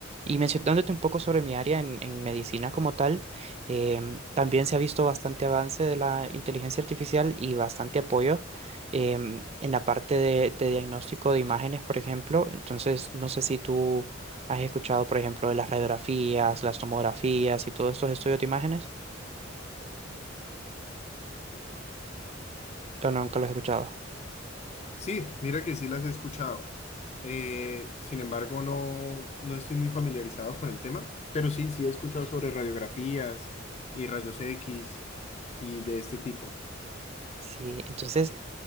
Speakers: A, on the right; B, on the left.
A: Y mencionándote un poco sobre mi área en, en medicina como tal, em, también se ha visto bastante avance de la inteligencia artificial y bastante apoyo em, en la parte de, de diagnóstico de imágenes, por ejemplo. Entonces, no sé si tú ¿Has escuchado, por ejemplo, de las radiografías, las tomografías y todos estos estudios de imágenes? ¿O nunca los he escuchado?
B: Sí, mira que sí las he escuchado. Eh, sin embargo, no, no estoy muy familiarizado con el tema, pero sí, sí he escuchado sobre radiografías y rayos X y de este tipo.
A: Sí, entonces